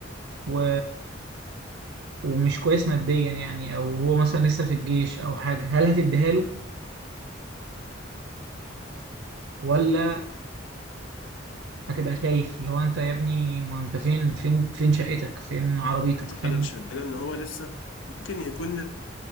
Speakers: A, on the right (about 85°); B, on the left (about 75°).
A: و... ومش كويس ماديا يعني او هو مثلا لسه في الجيش او حاجة هل هتديها له ولا هتبقى خايف اللي هو انت يا ابني ما انت فين فين فين شقتك فين عربيتك فين
B: انا شدد ان هو لسه ممكن يكون